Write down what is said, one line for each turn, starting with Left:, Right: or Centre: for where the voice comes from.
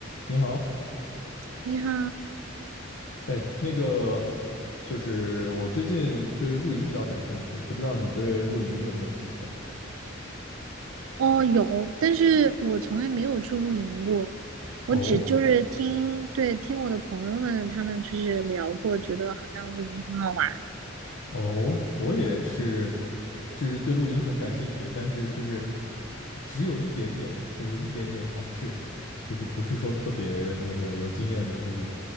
Left: 你好，
Right: 你好，
Left: 哎，那个就是我最近对露营比较感兴趣，不知道你对露营有没有兴趣啊？
Right: 哦，有，但是我从来没有去露营过，我只就是听，
Left: 哦
Right: 对，听我的朋友们他们就是聊过，觉得好像露营很好玩。
Left: 哦，我也是，就是对露营很感兴趣，但是就是只有一点点，就是一点点尝试，就是不是说特别那个有经验的这种